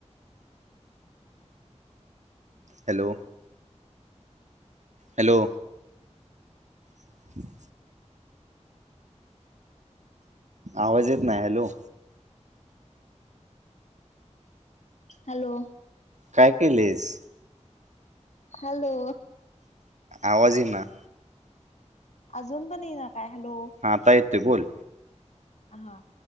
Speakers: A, on the right; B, on the left.
A: हॅलो हॅलो क आवाज येत नाही हॅलो
B: हॅलो
A: काय केलेस
B: हॅलो
A: आवाजही ना
B: अजून पण येई ना काय हॅलो.
A: हा त येतो बोल.
B: हा